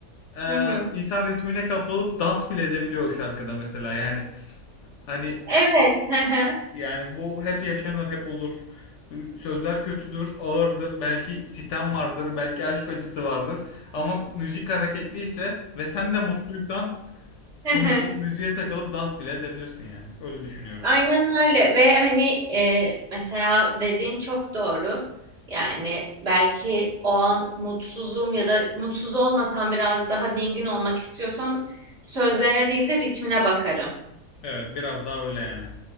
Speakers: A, on the left; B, on the right.
A: e,
B: Hı hı.
A: insan ritmine kapılıp dans bile edebiliyor o şarkıda mesela yani. Hani
B: Evet. Hı hı.
A: yani bu hep yaşanır, hep olur. Sözler kötüdür, ağırdır, belki sitem vardır, belki aşk acısı vardır. Ama müzik hareketliyse ve sen de mutluysan
B: Hı
A: müzi-
B: hı.
A: müziğe takılıp dans bile edebilirsin yani. Öyle düşünüyorum.
B: Aynen öyle ve hani e, mesela dediğin çok doğru. Yani belki o an mutsuzum ya da mutsuz olmasam biraz daha dingin olmak istiyorsam sözlerine değil de ritmine bakarım.
A: Evet, biraz daha öyle yani.